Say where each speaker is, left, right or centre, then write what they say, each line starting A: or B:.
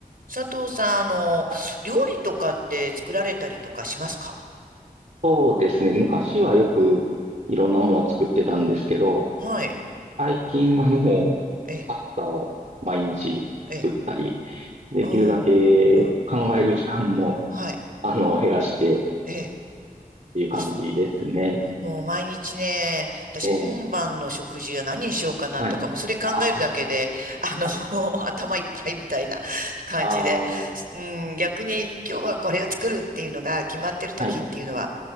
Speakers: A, on the right (about 70°); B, on the right (about 50°).
A: 佐藤さん、あの、
B: はい
A: 料理とかって作られたりとかしますか
B: そうですね。昔はよくいろんなものを作ってたんですけど、
A: はい。
B: 最近はもうパスタを毎日作ったり、
A: ええ、ええ、
B: できるだけ考える時間も、
A: うん、うん、はい、
B: あの、減らしてっ
A: ええ。
B: ていう感じですね。
A: あすもう毎日ね、私今晩の食事は何にしようかなとか、
B: ええはい。
A: もうそれ考えるだけで、
B: あー、
A: あの、
B: はい。
A: <laughs> 頭いっぱいみたいな <laughs> 感じで、
B: あー、
A: うん、逆に今日はこれを作るっていうのが決まってる時っていうのは、
B: はい。